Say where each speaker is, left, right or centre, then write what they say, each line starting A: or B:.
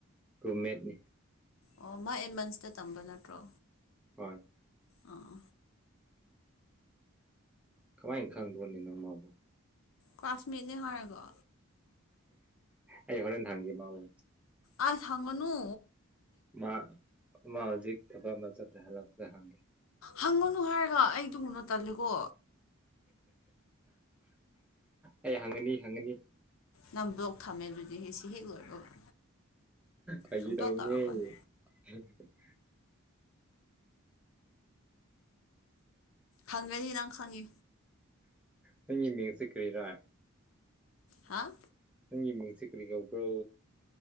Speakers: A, in the centre; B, on the left (about 70°).
A: ꯔꯨꯝꯃꯦꯠꯅꯤ
B: ꯑꯣ ꯃꯥ ꯑꯦꯠ ꯃꯟꯁꯇ ꯇꯝꯕ ꯅꯠꯇ꯭ꯔꯣ
A: ꯍꯣꯏ
B: ꯑꯥ
A: ꯀꯃꯥꯏꯅ ꯈꯪꯕ꯭ꯔꯅꯦ ꯅꯪ ꯃꯥꯕꯨ
B: ꯀ꯭ꯂꯥꯁꯃꯦꯠꯅꯦ ꯍꯥꯏꯔꯒ
A: ꯑꯩ ꯍꯣꯔꯦꯟ ꯍꯪꯒꯦ ꯃꯑꯣꯡꯗ
B: ꯑꯥꯁ ꯍꯥꯡꯒꯅꯨ
A: ꯃꯥ ꯃꯥ ꯍꯧꯖꯤꯛ ꯊꯕꯛ ꯑꯃ ꯆꯠꯂꯦ ꯍꯔꯥꯛꯑꯒ ꯍꯪꯒꯦ
B: ꯍꯪꯉꯨꯅꯨ ꯍꯥꯏꯔꯒ ꯑꯩ ꯗꯨꯒꯨꯝꯕꯗꯣ ꯇꯜꯂꯤꯒꯣ
A: ꯑꯩ ꯍꯪꯒꯅꯤ ꯍꯪꯒꯅꯤ
B: ꯅꯪ ꯕ꯭ꯂꯣꯛ ꯊꯝꯃꯦ ꯑꯗꯨꯗꯤ ꯁꯤ ꯍꯦꯛ ꯂꯣꯏꯕꯒ
A: ꯐꯒꯤ
B: ꯁꯨꯡꯇꯧ
A: ꯇꯧꯕꯅꯤ
B: ꯇꯧꯔꯛꯀꯅꯨ
A: ꯍꯝ <inaudible>
B: ꯍꯪꯒꯅꯤ ꯅꯪ ꯈꯪꯉꯦ
A: ꯅꯪꯒꯤ ꯃꯤꯡꯁꯦ ꯀꯔꯤꯔꯥ
B: ꯍꯥꯥ
A: ꯅꯪꯒꯤ ꯃꯤꯡꯁꯦ ꯀꯔꯤ ꯀꯥꯎꯕ꯭ꯔꯣ